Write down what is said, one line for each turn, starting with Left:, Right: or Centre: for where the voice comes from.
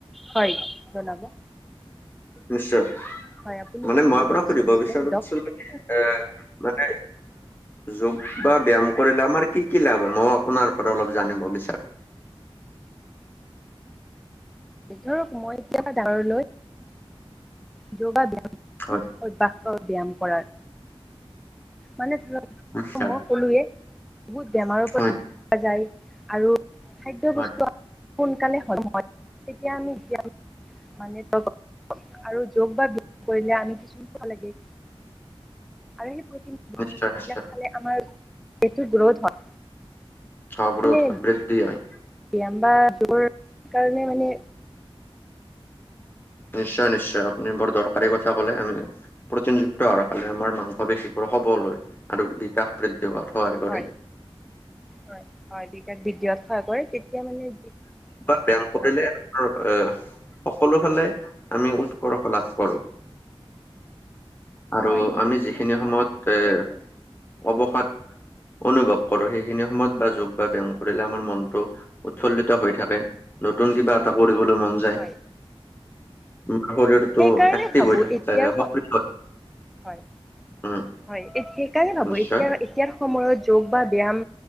Centre: হয়, জনাব।
Left: নিশ্চয়।
Centre: হয় আপুনি
Left: মানে
Centre: কি
Left: মই আপোনাক
Centre: বিচাৰিছিলে
Left: সুধিব বিচাৰোছিলো
Centre: সোধক
Left: এ, মানে যোগ বা ব্যয়াম কৰিলে আমাৰ কি কি লাভ মইও আপোনাৰ পৰা অলপ জানিব বিচাৰো
Centre: ধৰক মই এতিয়া ডাঙৰলৈ যোগা ব্যয়ামটো
Left: হয়
Centre: অভ্যাস কৰা ব্যায়াম কৰাৰ মানে ধৰক
Left: নিশ্চয়
Centre: মই ক'লোৱেই বহুত বেমাৰৰ পৰা
Left: হয়
Centre: ৰেহাই পোৱা যায় আৰু খাদ্যবস্তু
Left: হয়
Centre: সোনকালে সলয় তেতিয়া আমি এতিয়া মানে ধৰক আৰু যোগ বা ব্যয়াম কৰিলে আমি কিছু খ <unintelligible> লাগে আৰু সেই প্ৰতিাক <unintelligible>
Left: নিশ্চয় নিশ্চয়
Centre: বিলাক খালে আমাৰ ওয়েটটো গ্ৰোথ হয়
Left: অ গ্ৰোথ
Centre: মানে
Left: হয়। বৃদ্ধি হয়
Centre: ব্যায়াম বা যোগৰ কাৰণে মানে
Left: নিশ্চয় নিশ্চয় আপুনি বৰ দৰকাৰী কথা ক'লে আমি প্ৰটিনযুক্ত আহাৰ খালে আমাৰ মাংস পেশীবোৰ সবল হয় আৰু চাপ বৃদ্ধি হোৱাত সহায় কৰে
Centre: হয় হয় হয় দুইটাক বৃদ্ধি হোৱাত সহায় কৰে তেতিয়া মানে
Left: বাট ব্যয়াম কৰিলে
Centre: হয়
Left: আমাৰ এ সকলো ফালে আমি উৎকৰ্ষ লাভ কৰো আৰু
Centre: হয়
Left: আমি যিখিনি সময়ত এ
Centre: সেইটো
Left: অৱসাদ অনুভৱ কৰো সেইখিনি সময়ত বা যোগ বা ব্যয়াম কৰিলে আমাৰ মনটো
Centre: হয়
Left: উৎফুল্লিত হৈ থাকে নতুন কিবা এটা কৰিবলৈ মন যায়
Centre: হয়
Left: মুঠতে শৰীৰটো
Centre: সেইকাৰণে
Left: এক্টিভ
Centre: ভাবো
Left: হৈ থাকা
Centre: এতিয়াৰ
Left: যায় <unintelligible>
Centre: হয়
Left: উম
Centre: হয়, সেইকাৰণে ভাবো!
Left: নিশ্চয়
Centre: এতিয়া, এতিয়াৰ সময়ত যোগ বা ব্যায়াম